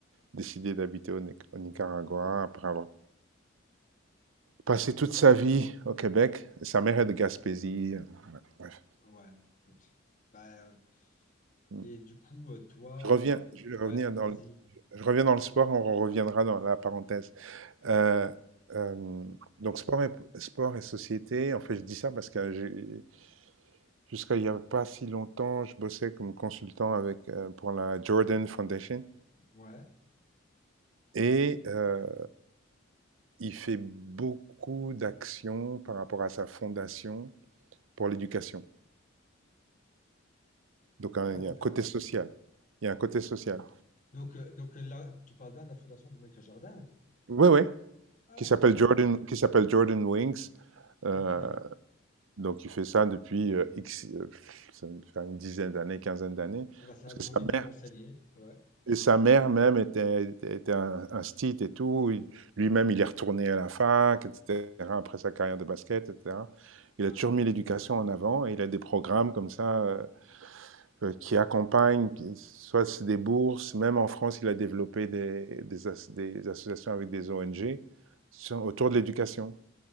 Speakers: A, on the right; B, on the left.
A: décidé d'habiter au, Ni- au Nicaragua après avoir passé toute sa vie au Québec. Sa mère est de Gaspésie. euh, Bref.
B: ouais, écoute. Bah, euh,
A: Mm.
B: et du coup, euh, toi,
A: Je reviens,
B: euh,
A: je vais revenir
B: ouais,
A: dans
B: vas-y.
A: le, je reviens dans le sport. On reviendra dans la parenthèse. Euh, euh, donc sport et, sport et société, en fait je dis ça parce que j'ai- jusqu'à il n'y a pas si longtemps, je bossais comme consultant avec, euh, pour la Jordan Foundation
B: Ouais.
A: et euh, il fait beaucoup d'actions par rapport à sa fondation pour l'éducation. Donc hein,
B: Ah ouais,
A: il
B: d'accord.
A: y a un côté social. Il y a un côté social.
B: Donc, euh, donc euh, là, tu parles bien de la fondation de Michael Jordan?
A: Oui, oui,
B: Ah,
A: qui s'appelle
B: nickel.
A: Jordan, qui s'appelle Jordan Wings.
B: Ok.
A: Euh, donc il fait ça depuis euh, X, euh, ça doit faire une dizaine d'années, quinzaine d'années,
B: Ah bah ça
A: parce que
B: donne
A: sa
B: envie de
A: mère,
B: m'enseigner. Ouais,
A: Et sa mère même était, était, était un, un stit et tout. Il- Lui-même, il est retourné à la fac, etc., après sa carrière de basket, etc. Il
B: ouais,
A: a toujours mis l'éducation en avant et il a des programmes comme ça euh, euh, qui accompagnent, qui- soit c'est des bourses, même en France, il a développé des, des as- des associations avec des ONG sur- autour de l'éducation